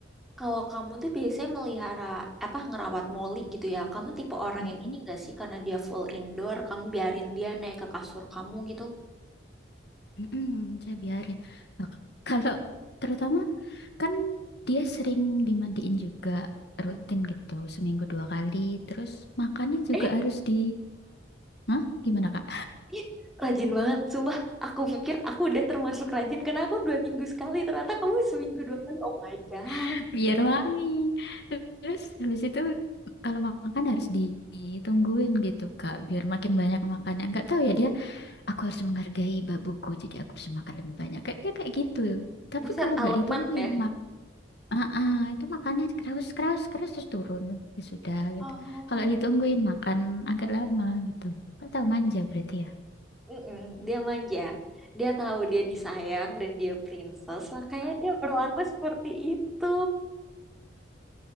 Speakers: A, in the centre; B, on the left.
A: Kalau kamu tuh biasanya melihara apa ngerawat Molly gitu ya? Kamu tipe orang
B: Mm-mm,
A: yang ini gak sih karena dia full indoor, kamu biarin dia naik ke kasur kamu gitu?
B: mm-mm, saya biarin Nah, kalau terutama kan dia sering dimandiin juga
A: Mm.
B: rutin gitu seminggu dua kali terus makannya juga
A: Eh,
B: harus di Hah? gimana Kak
A: ih, rajin banget, sumpah. Aku pikir aku udah termasuk rajin karena aku dua minggu sekali. Ternyata kamu seminggu dua kali. Oh my god,
B: <laughs> biar wangi terus habis itu kalau makan harus ditungguin gitu Kak biar makin banyak makannya nggak tahu ya dia aku harus menghargai babuku jadi aku harus makan lebih banyak kayaknya kayak gitu tapi
A: buset
B: kalau
A: aleman
B: nggak ditungguin
A: ya.
B: mak ah, ah, itu makannya keras keras keras terus turun ya sudah gitu
A: Oh,
B: kalau ditungguin makan agak lama gitu Kau tahu manja berarti ya
A: mm-mm, dia manja. Dia tahu dia disayang dan dia princess, makanya dia berlaku seperti itu.